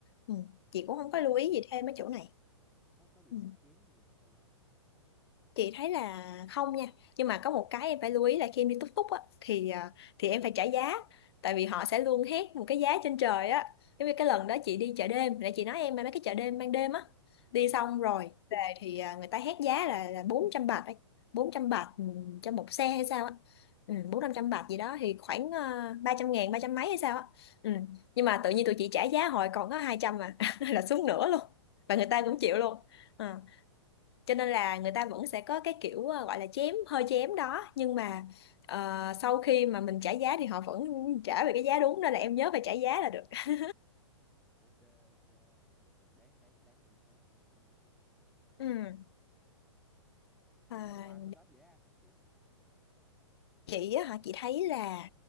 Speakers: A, on the left; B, in the centre.
A: ừ. chị cũng
B: Ờ,
A: không có lưu ý gì thêm mấy chỗ này
B: có có bị
A: ừ
B: chặt chém nhiều không chị hả
A: chị thấy là không nha nhưng mà có một cái em phải lưu ý là khi em đi túc túc á thì à, thì em phải trả giá tại vì họ sẽ luôn hét một cái giá trên trời á giống như cái lần đó chị đi chợ đêm nãy chị nói em mà mấy cái chợ đêm ban đêm á đi
B: ừ
A: xong rồi về thì à, người ta hét giá là là 400 bạc ấy bốn trăm bạc ừ, cho một xe hay sao á ừ, bốn năm trăm bạc gì đó thì khoảng uh, ba trăm ngàn 300 mấy hay sao á ừ. nhưng mà tự nhiên tụi chị trả giá hồi còn có 200 mà <laughs> là xuống nửa luôn và người ta cũng chịu luôn Ờ cho nên là người ta vẫn sẽ có cái kiểu ờ, gọi là chém hơi chém đó nhưng mà ờ, sau khi mà mình trả giá thì họ vẫn trả về cái giá đúng nên là em nhớ phải trả giá là được <laughs>
B: ok ok được được được đáng đáng đáng để nhớ đáng để nhớ
A: Ừ. à,
B: nhưng mà đồ ăn bên đó dễ ăn không chị
A: chị á hả chị thấy là